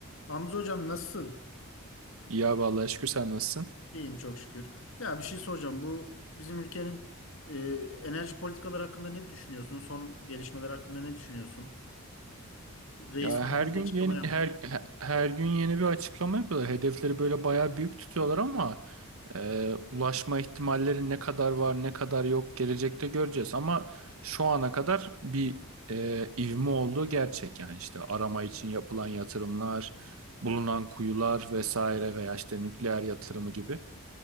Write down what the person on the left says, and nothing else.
Hamza hocam nasılsın?
İyiyim çok şükür. Ya bir şey soracağım. Bu bizim ülkenin e, enerji politikaları hakkında ne düşünüyorsun? Son gelişmeler hakkında ne düşünüyorsun? Reis
hanım
bir açıklama
yapmış.